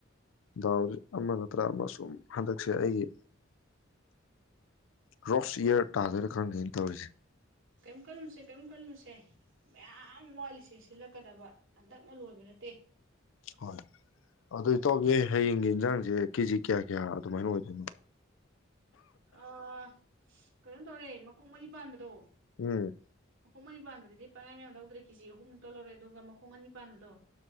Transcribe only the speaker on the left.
ꯗꯥꯎ ꯑꯃ ꯅꯠꯇ꯭ꯔ ꯑꯃ ꯁꯨꯝ ꯍꯟꯗꯛꯁꯦ ꯑꯩꯒꯤ ꯔ꯭ꯔꯣꯁ ꯏꯌꯥꯔ ꯇꯥꯗꯣꯏꯅ ꯈꯪꯒꯦꯅ ꯇꯧꯔꯤꯁꯦ
ꯍꯣꯏ ꯑꯗꯨ ꯇꯧꯒꯦ ꯍꯌꯦꯡꯒꯤ ꯏꯟꯁꯥꯡꯁꯦ ꯀꯦꯖꯤ ꯀꯌꯥ ꯀꯌꯥ ꯑꯗꯨꯃꯥꯏꯅ ꯑꯣꯏꯗꯣꯏꯅꯣ
ꯎꯝ